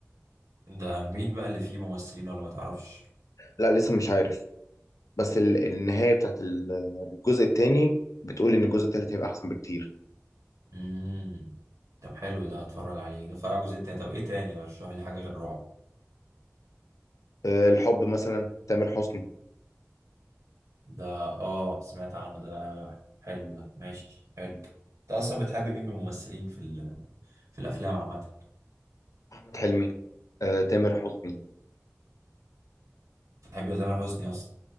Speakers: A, on the right; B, on the left.
A: ده مين بقى اللي فيه ممثلين ولا ما تعرفش
B: لا لسه مش عارف بس ال- النهايه بتاعت ال- الجزء التاني بتقول ان الجزء التالت هيبقى احسن بكتير
A: امم طب حلو ده هتفرج عليه هتفرج على الجزء التاني طب ايه تاني رشح لي حاجه غير رعب
B: آه، الحب مثلا تامر حسني
A: ده اه سمعت عنه ده حلو ده ماشي حلو انت اصلا بتحب مين من الممثلين في ال... في الافلام عامه
B: احمد حلمي آه، تامر حسني
A: بتحب تامر حسني اصلا